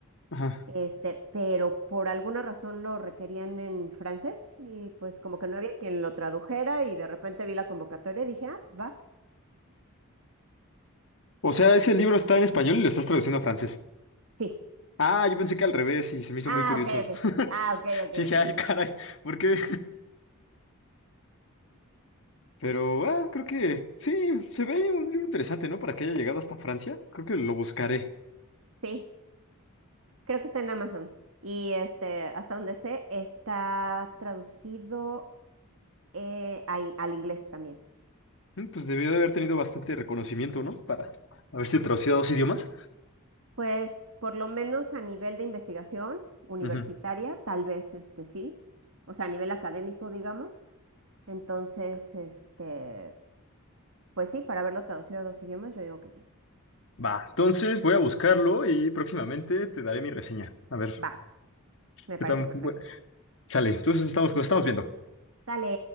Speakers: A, on the left; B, on the right.
A: Ajá.
B: este, pero por alguna razón lo requerían en francés y pues como que no había quien lo tradujera y de repente vi la convocatoria y dije, ah, pues va,
A: O sea, ese libro está en español y lo estás traduciendo a francés.
B: sí.
A: Ah, yo pensé que al revés y se me hizo
B: Ah,
A: muy curioso.
B: ok, ok. Ah, ok, ok,
A: Sí, <laughs> dije,
B: ok,
A: ay, caray,
B: ok.
A: ¿por qué? Pero, ah, creo que sí, se ve un libro interesante, ¿no? Para que haya llegado hasta Francia. Creo que lo buscaré.
B: Sí. Creo que está en Amazon. Y este, hasta donde sé, está traducido eh, a in- al inglés también.
A: Mm, Pues debió de haber tenido bastante reconocimiento, ¿no? Para haberse traducido a dos idiomas.
B: Pues por lo menos a nivel de investigación universitaria,
A: Ujú.
B: tal vez este sí. O sea, a nivel académico, digamos. Entonces, este, pues sí, para haberlo traducido a dos idiomas, yo digo que sí.
A: Va, entonces voy a buscarlo y próximamente te daré mi reseña. A ver,
B: Va, me
A: ¿qué
B: parece
A: tan
B: perfecto.
A: bu- Sale, entonces estamos, nos estamos viendo.
B: Sale.